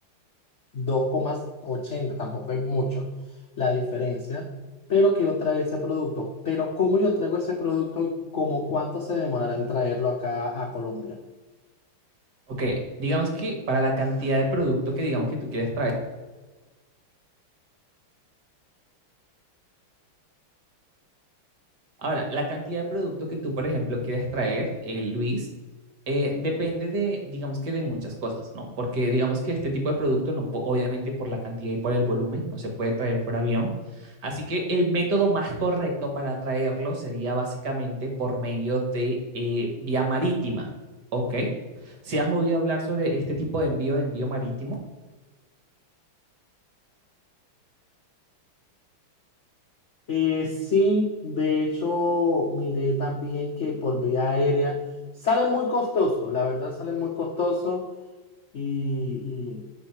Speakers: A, on the left; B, on the right.
A: dos coma ochenta, Tampoco es mucho la diferencia. Pero quiero traer ese producto. Pero ¿cómo yo traigo ese producto y cómo cuánto se demorará en traerlo acá a Colombia?
B: Ok, digamos que para la cantidad de producto que digamos que tú quieres traer. Ahora, la cantidad de producto que tú, por ejemplo, quieres traer, eh, Luis, eh, depende de, digamos que de muchas cosas, ¿no? Porque digamos que este tipo de producto, no, po- obviamente por la cantidad y por el volumen, no se puede traer por avión. Así que el método más correcto para traerlo sería básicamente por medio de eh, vía marítima, ¿ok? Si has oído hablar sobre este tipo de envío, de envío marítimo?
A: Eh, sí, de hecho, miré también que por vía aérea sale muy costoso, la verdad sale muy costoso y,